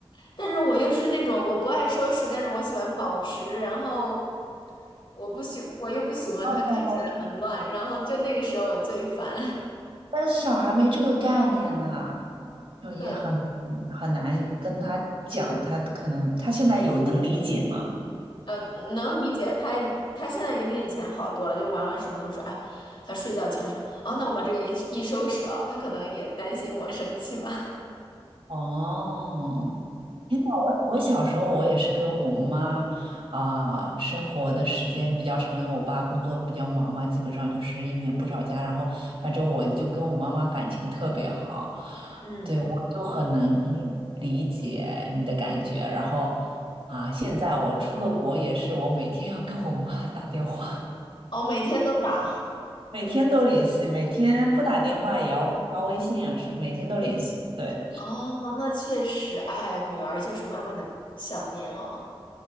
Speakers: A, on the left (about 60°); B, on the right (about 65°).
A: 但是我又是那种我不爱收拾，但是我喜欢保持，然后我不喜，我又不喜欢它看起来很乱，
B: 我懂了，
A: 然后就那个时候我最烦，
B: 但是小孩没这个概念啦，就也很很难跟他讲，
A: <laughs> 嗯
B: 他可能他现在有能理解吗？
A: 呃，能理解他，他现在也比以前好多了，就玩玩什么，他们说，哎，他睡觉前说，哦，那我把这个一一收拾啊，他可能也担心我生气吧，
B: 哦，天呐，我我小时候我也是跟我妈啊、生活的时间比较长，因为我爸工作比较忙嘛，基本上就是一年不着家。然后反正我就跟我妈妈感情特别好，
A: <laughs> 嗯，
B: 对，我就很能理解你的感觉。然后啊、现在我出了国也是，我每天要跟我妈 <laughs> 打电话，
A: 哦，每天都打，
B: 每天都联系，每天不打电话也要发微信啊，是每天都联系，对。
A: 哦，那确实，哎，女儿就是妈妈的小棉袄。